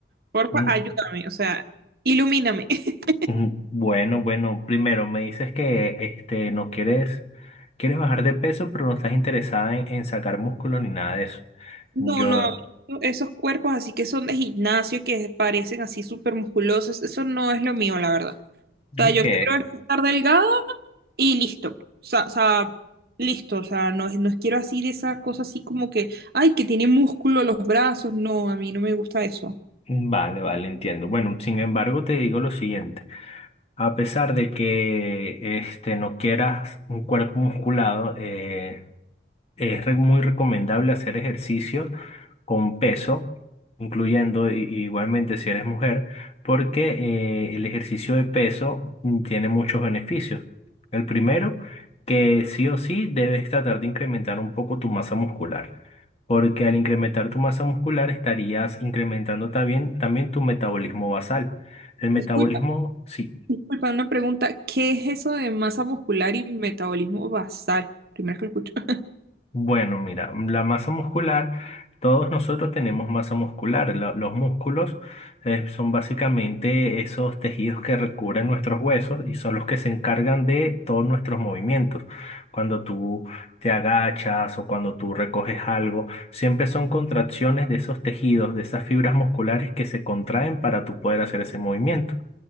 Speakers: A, on the right (about 55°); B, on the left (about 35°).
A: Porfa,
B: Mm.
A: ayúdame, o sea, ilumíname. <laughs>
B: Mm, Bueno, bueno, primero me dices que este no quieres, quieres bajar de peso, pero no estás interesada en, en sacar músculo ni nada de eso.
A: No,
B: Yo,
A: no, esos cuerpos así que son de gimnasio, que parecen así súper musculosos, eso no es lo mío, la verdad. O sea,
B: ok,
A: yo quiero estar delgada y listo. O sea, o sea, listo, o sea, no, es, no quiero así de esas cosas así como que, ay, que tiene músculo los brazos, no, a mí no me gusta eso.
B: vale, vale, entiendo. Bueno, sin embargo, te digo lo siguiente. A pesar de que este no quieras un cuerpo musculado, eh, Es re- muy recomendable hacer ejercicio con peso, incluyendo i- igualmente si eres mujer, porque eh, el ejercicio de peso mm, tiene muchos beneficios. El primero, que sí o sí debes tratar de incrementar un poco tu masa muscular, porque al incrementar tu masa muscular estarías incrementando también, también tu metabolismo basal. El metabolismo,
A: Disculpa,
B: sí,
A: disculpa, una pregunta, ¿qué es eso de masa muscular y metabolismo basal? Primero que lo escucho. <laughs>
B: Bueno, mira, la masa muscular, todos nosotros tenemos masa muscular. Lo- los músculos eh, son básicamente esos tejidos que recubren nuestros huesos y son los que se encargan de todos nuestros movimientos. Cuando tú te agachas o cuando tú recoges algo, siempre son contracciones de esos tejidos, de esas fibras musculares que se contraen para tú poder hacer ese movimiento.